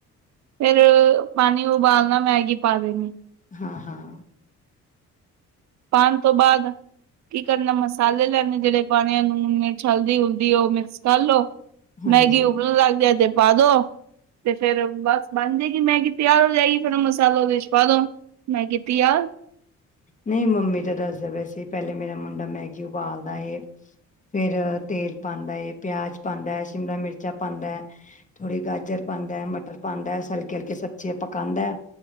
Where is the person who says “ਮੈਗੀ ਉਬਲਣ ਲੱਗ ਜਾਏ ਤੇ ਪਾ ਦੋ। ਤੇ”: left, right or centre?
Right